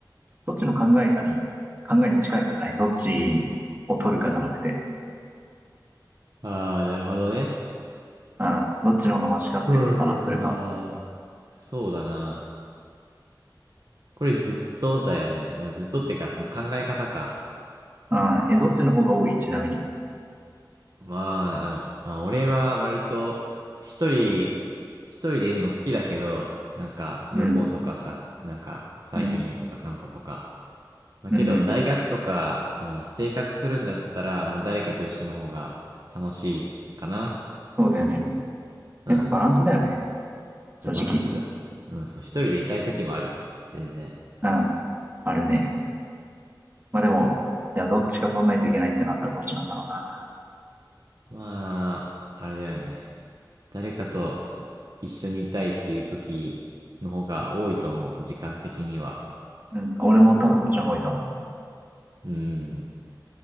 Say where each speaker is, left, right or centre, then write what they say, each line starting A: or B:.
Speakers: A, on the right (about 25°); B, on the right (about 55°).
A: どっちの考えかに、考えに近いかじゃないどっちを取るかじゃなくて。
B: ああ、なるほどね。
A: うん。どっちの方がマシかってことかな、
B: うーん。
A: それか。
B: そうだな。これずっとだよね。まあ、ずっとっていうか、その考え方か。
A: ああ、え、どっちの方が多いちなみに。
B: まあ、あのまあ、俺は割と一人、一人でいるの好きだけど、なんか旅行とかさ、
A: うん。
B: なんかサイクリングとか散歩とか。
A: うん。
B: まあ、
A: うん。
B: けど大学とか、
A: うん。
B: この生活するんだったら、まあ、誰かと一緒の方が楽しいかな。
A: そうだよね。
B: うん。
A: やっぱバランスだよね。
B: そう、
A: 正直。
B: バランス。うん、そう、一人でいたい時もある。全然。
A: うん。あるね。まあでも、じゃあどっちか取んないといけないってなったらどっちなんだろうな。
B: まあ、あれだよね。誰かとつ一緒にいたいっていう時の方が多いと思う。時間的には。
A: うん。俺も多分そっちの方がいいと思う。
B: うん。